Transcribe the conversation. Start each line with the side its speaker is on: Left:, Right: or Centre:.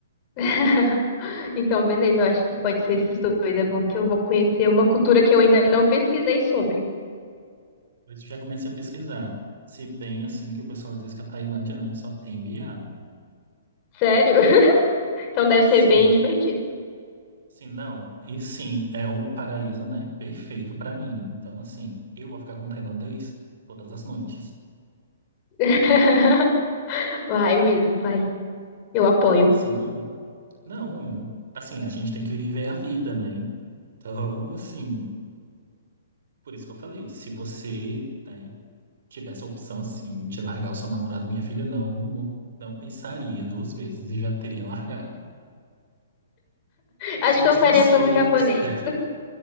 Left: <laughs> Então, beleza, eu acho que pode ser esses dois. É bom que eu vou conhecer uma cultura que eu ainda não pesquisei sobre.
Right: Mas eu já comecei a pesquisar. Se bem assim que o pessoal diz que a Tailândia, né, só tem viado.
Left: Sério? <laughs> Então deve
Right: Sim,
Left: ser bem divertido.
Right: sim, não. E sim, é o paraíso, né, perfeito para mim. Então, assim, eu vou ficar com o tailandês todas as noites.
Left: <laughs> Vai mesmo, vai. Eu apoio.
Right: Sim. Não, assim, a gente tem que viver a vida, né? Então, assim, por isso que eu falei, se você, né, tivesse a opção, assim, de largar o seu namorado, minha filha, não, não pensaria duas vezes e já teria largado. Péssimos
Left: Acho que eu faria
Right: conselhos.
Left: pelo japonês.
Right: <laughs>